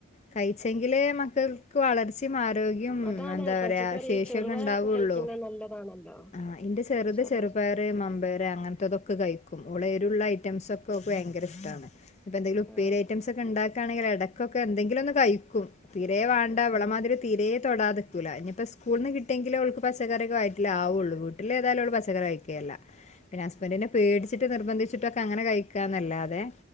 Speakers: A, on the left (about 30°); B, in the centre.
A: കഴിച്ചെങ്കിലേ മ ക്കക്ക് വളർച് മാ രോഗ്യം
B: അതാണ്
A: അഹ് എന്താ
B: പച്ചക്കറി
A: പറ്യാ ശേഷി
B: ചെറുപയറൊക്കെ
A: ഒക്കെ ണ്ടാവോള്ളൂ.
B: കഴിക്കുന്നത് നല്ലതാണല്ലോ
A: ആഹ് ന്റെ ചെറ്ത്
B: പക്ഷെ അത്
A: ചെറുപയറ് മമ്പേര് അങ്ങൻത്തൊതൊക്കെ കഴിക്കും ഓള് രുള്ള ഐറ്റംസ് ഒക്കെ ഓക് വയങ്കര ഇഷ്ട്ടാണ് ഇപ്പ എന്തങ്കിലു ഉപ്പേരി
B: ആ
A: ഐറ്റംസോക്കെ ണ്ടാ ണെങ്കിൽ ഇടക്കൊക്കെ എന്തങ്കിലും ഒന്ന് ക തീരരെേ വേണ്ട
B: ആ
A: വിളമാതിരി
B: ആ
A: തീരെ ൊടാതെക്കൂല ഇനിയിപ്പോ സ്കൂള നിന്ന് കിട്ടിയെങ്കിൽ അവക്ക് പച്ചക്കറ ഒെ കായിട്ടില്ല ആവുള്ളൂ വീട്ടിൽ ഏതായും അവ പച്ചക്കറി കഴുകയല്ല പിന്നെ ഹസ്ബൻഡിനെ പടിച്ചട്ട് നിർബന്ധിച്ചിട്ടൊക്കെ അങ്ങനെ കഴിക്കാന്നല്ലാതെ